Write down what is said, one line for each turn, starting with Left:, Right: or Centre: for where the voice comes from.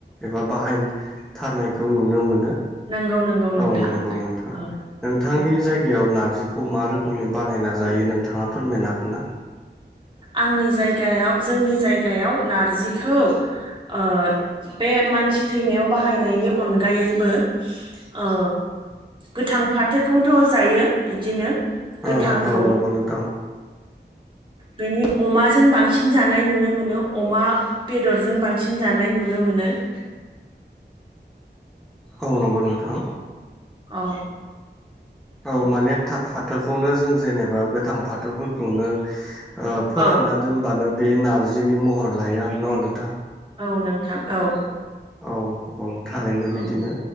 Centre: एबा बाहायथारनायखौ नुनो मोनो।
Right: नंगौ नंगौ नोंथां
Centre: औ नंगौ नोंथां
Right: औ
Centre: नोंथांनि
Right: औ
Centre: जायगायाव ना जिखौ मा रोखोमनि बानायना जायो नोंथाङा फोरमायनो हागोन ना?
Right: आंनि जायगायाव जोंनि जायगायाव नारजिखौ ओ बे मानसि थैनायाव बाहायनायनि अनगायैबो औ गोथां फाथोखौथ' जायो बिदिनो गोथांखौ
Centre: ओ औ नंगौ नोंथां
Right: बिनि अमाजों बांसिन बांसिन जानाय नुनो मोनो अमा बेदरजों बांसिन जानाय नुनो मोनो। <inaudible>
Centre: औ नंगौ नोंथां
Right: औ।
Centre: औ माने फाथोखौनो जों जेनेबा गोथां फाथोफोरखौनो फोरानना
Right: औ
Centre: दोनबानो बे नारजिनि महर लायो आरो न' नोंथां।
Right: औ नोंथां औ।
Centre: औ औ थारैनो बिदिनो
Right: औ